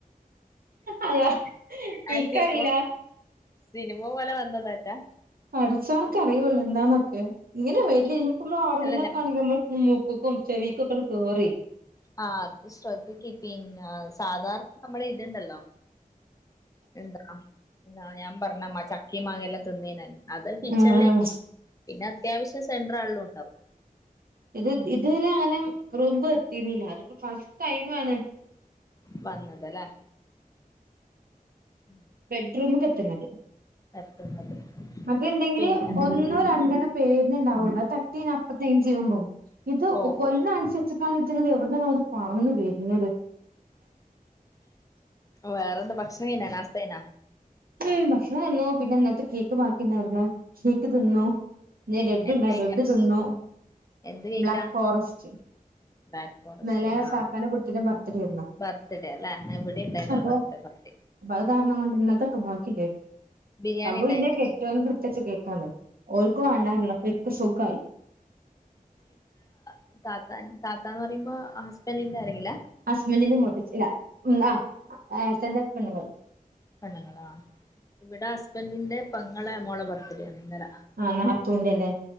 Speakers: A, on the right (about 80°); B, on the left (about 25°).
A: അയാ
B: ആ
A: ഇക്കറിയില്ല
B: സിനിമ സിനിമ പോലെ വന്നതാറ്റാ
A: പടച്ചോൻക് അറിയൂള്ളൂ എന്താന്നൊക്കെ ഇങ്ങനെ <unintelligible> ഇനിയിപ്പ ഇമ്മള് ഒറങ്ങക്കാണെങ്കില്
B: അല്ല ഞാൻ
A: ഇമ്മള് <unintelligible> മൂക്കുക്കും ചെവിക്കൊക്കെ ഇങ്ങട് കേറുവെ
B: ആഹ് അത് ശ്രദ്ധിക്ക് പിന്നെ സാധാരണ നമ്മളെ ഇതുണ്ടല്ലോ എന്താ <unintelligible> ഞാൻ പറഞ്ഞ മ ചക്കിം മാങ്ങിയെല്ലാം തിന്നീനല്ലോ അത് കിച്ചണിലെ
A: ആഹ്
B: പിന്നെ അത്യാവശ്യം സെൻ്റർ <unintelligible> ഇണ്ടാവും.
A: ഇത് ഇതുവരെ അങ്ങനെ <unintelligible> എത്തീനില്ല ഇത് ഇപ്പോ ഫസ്റ്റ് ടൈം ആണ്
B: വന്നത് അല്ലേ ഉം
A: ബെഡ്റൂമക്കെത്തുന്നത്
B: എത്തുന്നത്
A: അത്ണ്ടെങ്കില്
B: പിന്നെ
A: ഒന്നോ രണ്ടണ്ണോ പേരിന് ഇണ്ടാവോള്ളു അത് തട്ടി ഞാൻ അപ്പ ക്ലീൻ ചെയ്യാൻ പോവും ഇത്
B: പോകും
A: കൊല്ലണ <unintelligible> <unintelligible> എവിടെന്നാണ് ഓല് പറന്നു വെരുന്നത്.
B: വേറെന്താ ഭക്ഷണം കഴിഞ്ഞാ നാസ്ത കയിഞ്ഞാ?
A: <unintelligible> ഭക്ഷണംതീന്നു പിന്നെ ഇനലതൊകേക്ക് ബാക്കിണ്ടേരുന്നു. കോക്ക് തിന്നു ന്നേ ലഡുര്
B: എന്ത്
A: ലഡു
B: കഴിക്കാ
A: തിന്നു
B: എന്ത് കഴിക്കാ
A: ബ്ലാക്ക് ഫോറസ്റ്റ്.
B: ബ്ലാക്ക് ഫോറസ്റ്റ്
A: ഇന്നലെ
B: ആഹ്
A: താത്താന്റെ കുട്ടീന്റെ ബർത്ത്ഡേ ആയിരുന്നു
B: ബർത്ത്ഡേ അല്ലേ ഇവിടെ ഇണ്ടായിനു
A: അപ്പൊ
B: ബർത്ത്ഡേ പാർട്ടി
A: അപ്പൊ അത് കാരണം കൊണ്ട് ഇന്നലത്തൊക്കെ ബാക്കില്ലേ
B: ബിരിയാണി
A: സംഭവം
B: ഉണ്ടായിന
A: ഇന്റെ കെട്ടിയോൻക്ക് എടുത്ത് വെചേ കേക്കാണ്. ഓൽക്ക് വെണ്ടാറഞ്പോ ഇക്ക് സുഖായി
B: ട.. താത്താൻ താത്താന്ന് പറയുമ്പോ ഹസ്ബൻഡിന്റെ ആരേങ്കില?.
A: ഹസ്ബന്റിന്റെ മൂതച്ചി ല്ല ഉം അഹ് ഏട്ടന്റെ പെണ്ണുങ്ങൾ.
B: പെണ്ണുങ്ങളാ ഇവിടെ ഹസ്ബൻഡിന്റെ പോങ്ങളെ മോളെ ബർത്ത്ഡേ ആണ് ഇന്നലാ
A: ആഹ് നത്തൂന്റെ അല്ലേ.